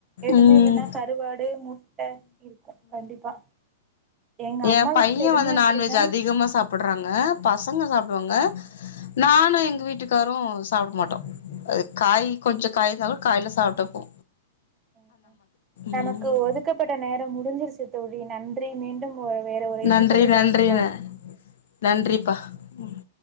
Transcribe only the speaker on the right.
எதுமே
இல்லனா கருவாடு முட்ட இருக்கோ கண்டிப்பா எங்க
அம்மா
வீட்டு சைடுமே
அப்டிதா
அ அ நமக்கு
ஒதுக்கப்பட்ட நேரோ முடிஞ்சிருச் சு தோழி நன்றி மீண்டும் வேற ஒரு
இணைப்புல
சந்திப்போம்